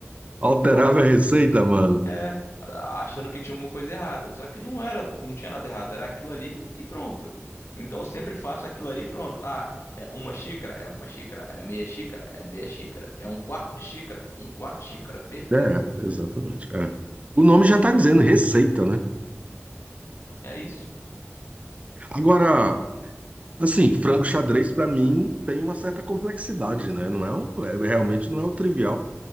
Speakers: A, on the left; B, on the right.
A: Então,
B: Alterava a receita, mano.
A: É, achando que tinha uma coisa errada. Só que não era, não tinha nada errado, era aquilo ali e pronto. Então eu sempre faço aquilo ali e pronto. Ah, é uma xícara? É uma xícara. É meia xícara? É meia xícara. É um quarto de xícara? Um quarto de xícara. Perfeito.
B: É, exatamente. é. O nome já está dizendo receita, né?
A: É isso.
B: Agora, assim, frango xadrez para mim tem uma certa complexidade, né? Não é, um- é- realmente não é o trivial.